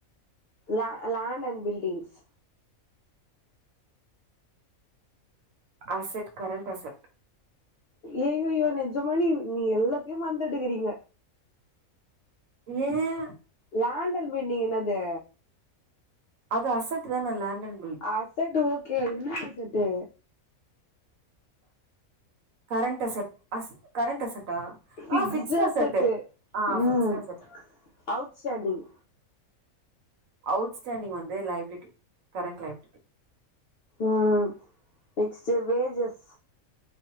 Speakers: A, on the left; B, on the right.
A: ல land and buildings
B: asset current asset
A: ஏ ஐய்யோ நெஜமா நீ நீ எல்லாத்தையு மறந்துட்ருக்கிறீங்க
B: ஏன்
A: லாண்டல் மீட்டிங் என்னாது
B: அது அஸ்ஸட்டுதான லாண்ட்டன்
A: அஸ்ஸட்டு ஓகே என்னா asset
B: current asset asset current அஸ்ஸட்டா
A: ஃபிக்ஸ்டு
B: அ பிக்ஸ்ட்டு அஸ்ஸட்டு
A: அசட்டு
B: ஆ
A: ம்
B: பிக்ஸ்ட் அஸ்ஸட்
A: அவுட் ஸ்டாண்டிங்
B: அவுட்ஸ்டாண்டிங் வந்து.. லையபிலிட்டி கரண்ட் லையபிலிட்டி
A: ம் நெக்ஸ்ட் பேஜஸ்.